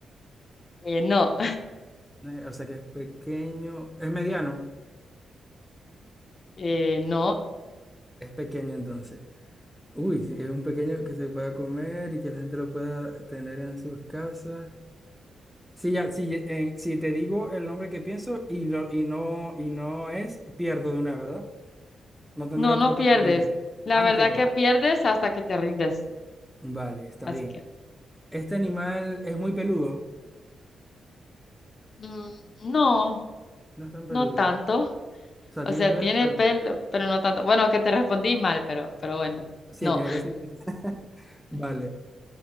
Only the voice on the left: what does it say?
Eh, no,
eh, no,
no,
no
pierdes.
La
verdad
que pierdes hasta que te rindes.
Así
que,
mm, no,
no tanto.
O
sea,
tiene
pelo, pero no tanto. Bueno, que te respondí mal, pero, pero bueno,
no.